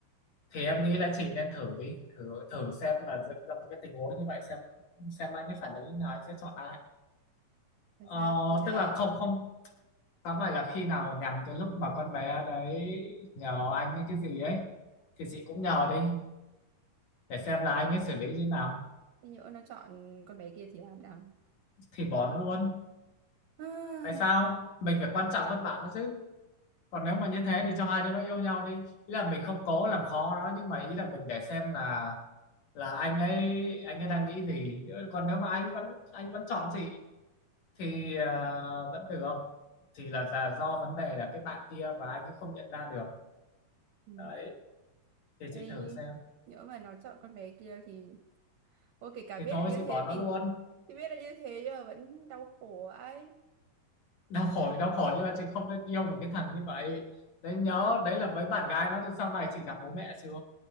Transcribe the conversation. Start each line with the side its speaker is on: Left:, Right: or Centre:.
Left: thì em nghĩ là chị nên thử đi thử thử xem là dựng ra một cái tình huống như vậy xem xem anh ấy phản ứng như thế nào anh sẽ chọn ai
Right: làm
Left: ờ,
Right: sao thế là
Left: tức là không không tóm lại là khi nào nhằm cái lúc mà con bé đấy nhờ anh ấy cái gì ấy thì chị cũng nhờ đi để xem là anh ấy xử lý như thế nào
Right: thế nhỡ nó chọn con bé kia thì làm nào
Left: thì bỏ nó luôn
Right: <sighs>
Left: tại sao mình phải quan trọng hơn bạn nó chứ còn nếu mà như thế thì cho hai đứa nó yêu nhau đi ý là mình không cố làm khó nó nhưng mà ý là mình để xem là là anh ấy anh ấy đang nghĩ gì còn nếu mà anh vẫn anh vẫn chọn chị thì à, vẫn được thì là, là do vấn đề là cái bạn kia và anh ấy không nhận ra được
Right: ừ.
Left: đấy thì
Right: Ê,
Left: chị thử
Right: nhưng-
Left: xem
Right: nhỡ mà nó chọn con bé kia thì ôi kể cả
Left: thì
Right: biết
Left: thôi
Right: là như
Left: chị
Right: thế
Left: bỏ
Right: mình
Left: nó luôn
Right: thì biết là như thế nhưng mà vẫn đau khổ ấy
Left: đau khổ thì đau khổ nhưng mà chị không nên yêu một cái thằng như vậy đấy nhớ đấy là với bạn gái nó sau này chị gặp bố mẹ chưa